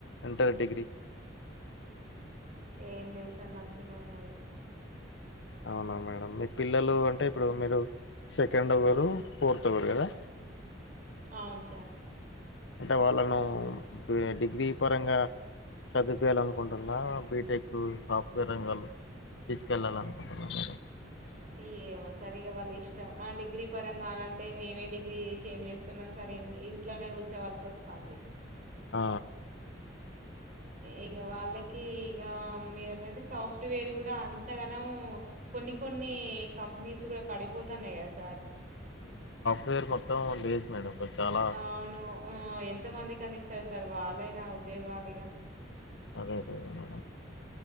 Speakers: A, on the left (about 70°); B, on the right (about 45°).
A: ఇంటర్ డిగ్రీ
B: ఏం లేదు సార్ మంచిగానే ఉన్నది
A: అవునా మేడం మీ పిల్లలు అంటే ఇప్పుడు మీరు సెకండ్ ఒకరు ఫోర్త్ ఒకరు కదా
B: అవును సార్
A: అంటే వాళ్ళను డిగ్రీ పరంగా చదివిపేయాలినుకుంటున్నార బీటెక్ సాఫ్ట్వేర్ రంగాల్లో తీసుకెళ్ళాల్లల అనుకుంటున్నార
B: ఏమో సార్ వాళ్ళ ఇష్టం మా డిగ్రీ పరంగా అంటే మేమే డిగ్రీ చేసి ఏం చేస్తున్నాం సార్ ఇంట్లోనే కూర్చోవలసి వస్తాంది
A: ఆ
B: ఇక వాళ్ళకి ఇక మీరన్నట్టు సాఫ్ట్వేర్ కూడా అంతగానొ కొన్ని కొన్ని కంపెనీస్ కూడా పడిపోతాన్నాయి కదా సార్
A: తేర్ కీ వత్తం డీప్ మేడం ఇప్పుడు చాలా
B: అవును ఉ ఎంత మంది కని ఇస్తారు సార్ వాళ్ళైనా ఉద్యోగాలు యిగా
A: అదే అదే మేడం